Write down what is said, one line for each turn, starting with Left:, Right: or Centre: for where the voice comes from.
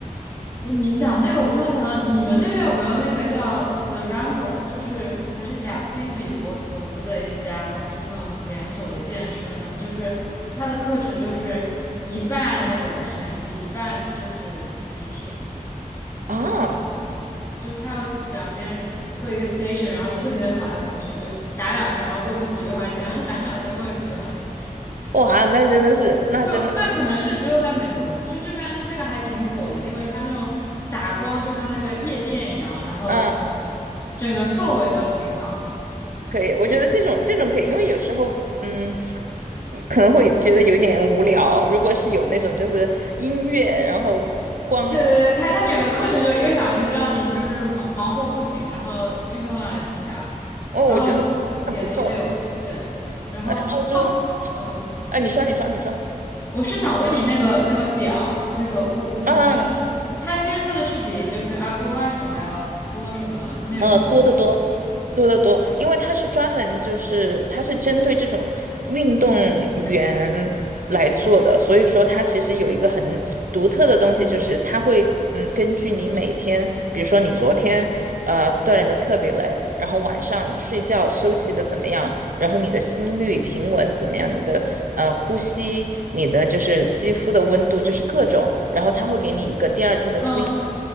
Left: 你讲那个，我突然想到，你们那边有没有那个叫 The r u m b l e 就是还是贾斯汀比伯投资的一家，就是那种连锁的健身呢？就是他的课程就是一半那个拳击，一半就是举铁，
Right: 啊！
Left: 就强，就他要两边各一个 station，然后就不停的跑来跑去，就打两拳，然后过去举一会儿铁，然后打两拳过去举一会儿铁。
Right: 哇，那真的是那真的是。
Left: 就那可能是只有在美国，就这边那个还挺火的，因为它那种打光就像那个夜店一样，然后
Right: 嗯
Left: 整个氛围就挺好的。
Right: 可以，我觉得这种这种可以，因为有时候，嗯，你可能会觉得有点无聊。如果是有那种就是音乐，然后光
Left: 对对对，它它整个课程就一个小时，让你就是忙忙活不停，然后运动量也挺大，
Right: 哦，我觉得那不错。
Left: 然后也都有对，然后哦嗯，
Right: 澳洲，啊，你说，你说，你说，
Left: 我是想问你那个那个表那个 Whoop，
Right: 啊，
Left: 你是就它监测的是比就是 Apple Watch 还要多什么内容吗？
Right: 呃，多得多，
Left: 还是
Right: 多得多，因为它是专门就是它是针对这种运动员来做的，所以说它其实有一个很独特的东西，就是它会嗯根据你每天，比如说你昨天。呃，锻炼的特别累，然后晚上睡觉休息的怎么样，然后你的心率平稳怎么样，你的呃呼吸，你的就是肌肤的温度，就是各种，然后他会给你一个第二天的推荐
Left: 嗯